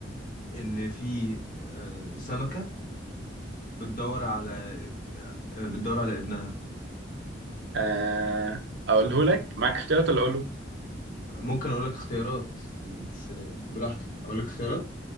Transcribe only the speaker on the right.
آه اقوله لك معاك اختيارات ولا اقوله